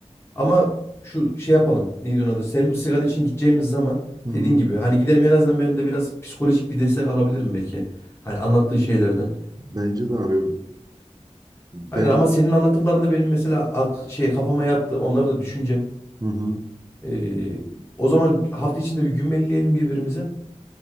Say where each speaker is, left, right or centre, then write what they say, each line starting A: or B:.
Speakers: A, on the left (about 20°); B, on the right (about 30°).
A: Ama şu şey yapalım. Neydi onun adı? Senin bu sigara için gideceğimiz zaman
B: Hı hı.
A: dediğin gibi hani gidelim en azından ben de biraz psikolojik bir destek alabilirim belki. Hani anlattığı şeylerden.
B: Bence de abi ben
A: Aynen ama senin anlattıklarında benim mesela ak- şey kafama yattı. Onları da düşüneceğim.
B: hı hı.
A: Ee, o zaman hafta içinde bir gün gümbelleyelim birbirimize.